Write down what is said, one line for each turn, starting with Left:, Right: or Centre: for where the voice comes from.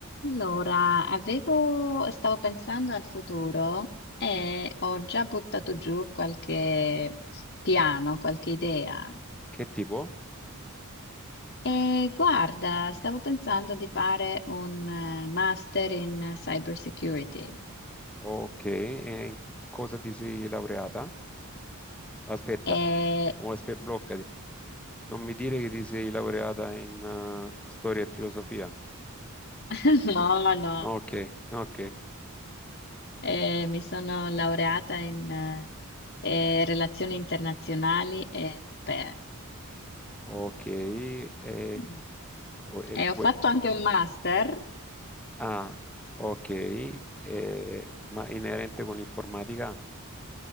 Left: Allora, avevo, stavo pensando al futuro e ho già buttato giù qualche piano, qualche idea.
Centre: Che tipo?
Left: E guarda, stavo pensando di fare un eh, master in cyber security.
Centre: Ok, e in cosa ti sei laureata? Aspetta,
Left: E
Centre: mo aspe- bloccati. Non mi dire che ti sei laureata in eh, storia e filosofia.
Left: <laughs> no, no,
Centre: Ok, ok,
Left: eh, mi sono laureata in eh, eh, relazioni internazionali e europee.
Centre: ok. E,
Left: Mm.
Centre: co- e
Left: E
Centre: vuoi-
Left: ho fatto anche un master.
Centre: ah, ok, e- ma inerente con l'informatica?